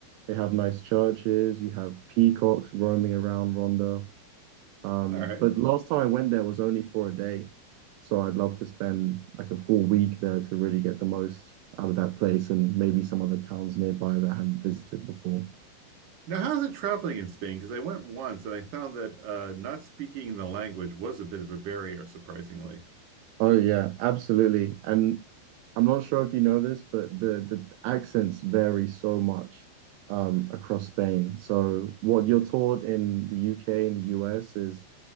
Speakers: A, on the right; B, on the right.
A: They have nice churches. You have peacocks roaming around Rhondda. Um,
B: All right.
A: but last time I went there was only for a day, so I'd love to spend like a full week there to really get the most out of that place and maybe some other towns nearby that I haven't visited before.
B: Now, how's it traveling in Spain? Because I went once and I found that uh, not speaking the language was a bit of a barrier, surprisingly.
A: Oh yeah, absolutely. And I'm not sure if you know this, but the the accents vary so much um, across Spain. So what you're taught in the UK and the US is